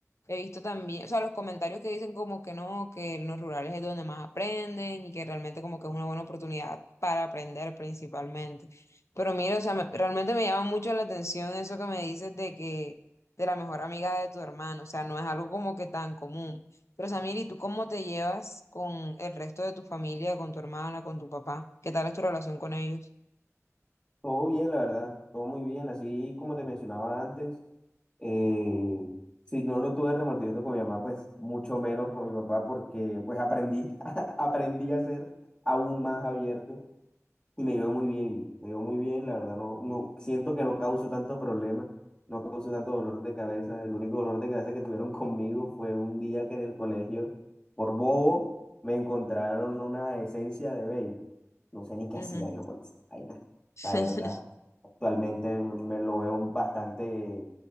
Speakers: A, on the left (about 60°); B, on the left (about 20°).
A: he visto también, o sea, los comentarios que dicen como que no, que en los rurales es donde más aprenden y que realmente como que es una buena oportunidad para aprender principalmente. Pero mira, o sea, me- realmente me llama mucho la atención eso que me dices de que, de la mejor amiga de tu hermano, o sea, no es algo como que tan común. Pero Samir, ¿y tú cómo te llevas con el resto de tu familia, con tu hermana, con tu papá? ¿Qué tal es tu relación con ellos?
B: Todo bien, la verdad, todo muy bien, así como te mencionaba antes. eh, si no lo tuve remordimiento con mi mamá, pues mucho menos con mi papá, porque pues aprendí, <laughs> aprendí a ser aún más abierto Y me iba muy bien, me iba muy bien, la verdad, no, no, siento que no causo tanto problema, no causo tanto dolor de cabeza. El único dolor de cabeza que tuvieron <laughs> conmigo fue un día que en el colegio, por bobo, me encontraron una esencia de vape. No sé ni qué
A: Ujú.
B: hacía yo con esa vaina,
A: <laughs>
B: la verdad. Actualmente me lo veo bastante